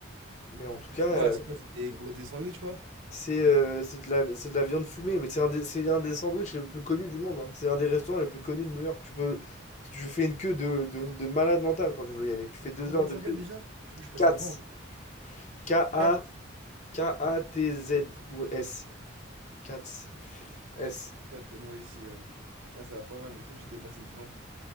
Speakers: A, on the left; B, on the right.
A: mais en tout cas
B: Mais c'est quoi?
A: euh,
B: C'est quoi? C'est des gros des sandwichs quoi?
A: c'est euh, c'est de la c'est de la viande fumée, mais c'est un des c'est un des sandwichs les plus connus du monde, hein. C'est un des restaurants les plus connus de New York. Tu peux tu fais une queue de, de, de malade mental quand tu veux y aller. Tu fais deux
B: Ça, comment
A: heures de
B: ça s'appelle
A: queue.
B: déjà? Je crois que je suis passé
A: Katz.
B: devant.
A: K-A
B: quatre
A: K-A-T-Z ou S. Katz. S.
B: quatre ouais, ici. ouais. Ouais, ça va pas mal, mais je crois que j'étais passé devant.